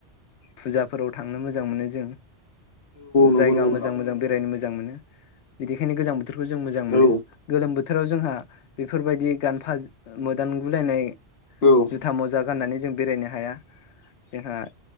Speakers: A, on the left; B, on the left.
A: फुजाफोराव थांनो मोजां मोनो जों
B: नंगौ
A: जायगा
B: नंगौ नोंथां
A: मोजां मोजां बेरायनो मोजां मोजां मोनो बिनिखायनो गोजां बोथोरखौ जों मोजां मोनो।
B: औ
A: गोलोम बोथोराव जोंहा बेफोरबायदि गानफा मोदानगुलायनाय
B: औ
A: जुथा मजा गाननानै जों बेरायनो हाया। जोंहा